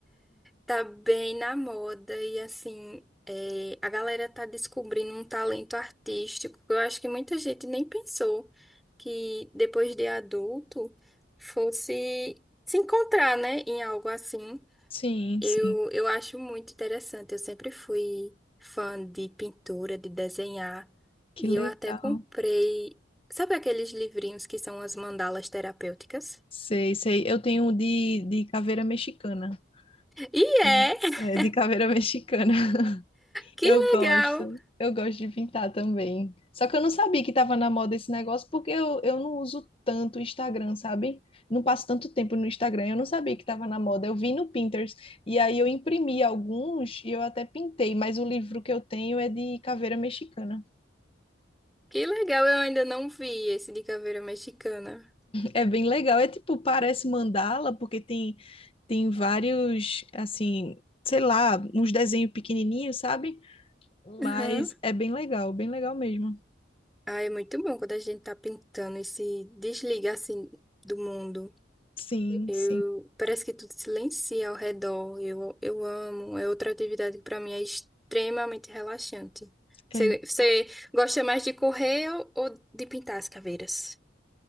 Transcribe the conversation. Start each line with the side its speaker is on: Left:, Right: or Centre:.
Centre: Tá bem na moda e assim, é, a galera tá descobrindo um talento artístico que eu acho que muita gente nem pensou que depois de adulto fosse se encontrar, né, em algo assim.
Left: Sim,
Centre: Eu,
Left: sim.
Centre: eu acho muito interessante. Eu sempre fui fã de pintura, de desenhar,
Left: Que
Centre: e
Left: legal.
Centre: eu até comprei, sabe aqueles livrinhos que são as mandalas terapêuticas?
Left: Sei, sei. Eu tenho um de, de caveira mexicana.
Centre: E é!
Left: Eu- é,
Centre: <laughs>
Left: de caveira <laughs> mexicana.
Centre: Que
Left: Eu gosto.
Centre: legal!
Left: Eu gosto de pintar também. Só que eu não sabia que estava na moda esse negócio, porque eu, eu não uso tanto o Instagram, sabe? Não passo tanto tempo no Instagram. Eu não sabia que estava na moda. Eu vi no Pinterest. E aí eu imprimi alguns e eu até pintei, mas o livro que eu tenho é de caveira mexicana.
Centre: Que legal! Eu ainda não vi esse de caveira mexicana.
Left: É bem legal. É tipo, parece mandala, porque tem, tem vários, assim, sei lá, uns desenhos pequenininhos, sabe? Hum.
Centre: Uhum.
Left: Mas é bem legal, bem legal mesmo.
Centre: Ah, é muito bom quando a gente tá pintando e se desliga assim do mundo.
Left: Sim,
Centre: Eu,
Left: sim.
Centre: parece que tudo silencia ao redor. Eu, eu amo. É outra atividade que para mim é extremamente relaxante.
Left: É.
Centre: Você, você gosta mais de correr ou, ou de pintar as caveiras?